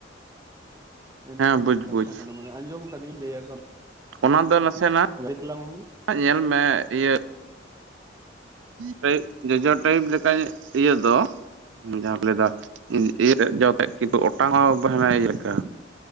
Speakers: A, on the right; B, on the right.
A: ᱤᱱᱠᱟᱹ
B: ᱦᱮᱸ ᱵᱩᱡᱽ
A: ᱠᱟᱛᱷᱟ
B: ᱵᱩᱡᱽ
A: ᱠᱟᱱᱟ ᱢᱟᱱᱮ ᱟᱸᱡᱚᱢ ᱠᱟᱹᱫᱤᱧ ᱞᱟᱹᱭᱟ
B: ᱚᱱᱟ ᱫᱚ ᱱᱟᱥᱮᱱᱟᱜ
A: ᱛᱟᱞᱟᱝ ᱢᱮ
B: ᱧᱮᱞ ᱢᱮ ᱤᱭᱟᱹ ᱴᱟᱭᱤᱯ ᱡᱚᱡᱚ ᱴᱟᱭᱤᱯ ᱞᱮᱠᱟ ᱤᱭᱟᱹ ᱫᱚ ᱡᱟᱦᱟᱸ ᱠᱚ ᱞᱟᱹᱭᱫᱟ ᱤᱭᱟᱹ ᱡᱚᱛᱮᱫ ᱠᱤᱱᱛᱩ ᱚᱴᱟᱝ ᱚᱜ-ᱟ ᱦᱟᱱᱟ ᱤᱭᱟᱹ ᱞᱮᱠᱟ᱾